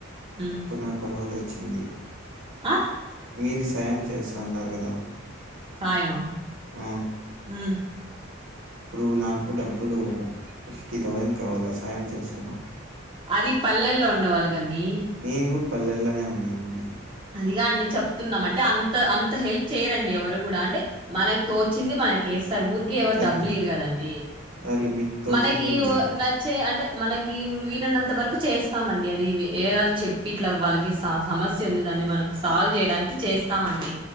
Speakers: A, on the right; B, on the right.
A: మ్
B: ఇప్పుడు నాకో ఒక డౌట్ వచ్చింది.
A: ఆ
B: మీది సాయం చేస్త అన్నారు కదా,
A: సాయమా
B: ఆ
A: ఉం
B: ఇప్పుడు నాకు డబ్బులు ఫిఫ్టీ థౌజండ్ కావాలా సాయం చేస్తారా.
A: అది పల్లెల్లో ఉండేవాళ్ళ కాన్నిీ
B: నేను కూడా పల్లెల్లోనే ఉన్నామండి.
A: అదిగా అండి చెప్తున్నాం అంటే అంత అంత హెల్ప్ చేయరండి ఎవరు కూడా అంటే, మనకు తోచింది మనకి వేస్తారు ఊరూ ఎవరు
B: సర్లే
A: డబ్బులు ఇయరు కదండి
B: సర్లే మీకు తోచిందే
A: మనకి
B: వేయండి
A: ఒ నచ్ చే అంటే మనకి వీలైనంత వరకు చేస్తామండి అది వి వాళ్ళకి చెప్పి ఇట్లా వాళ్ళకి సమస్య ఉంది. దాన్ని మనం సాల్వ్ చేయడానికి చేస్తామండి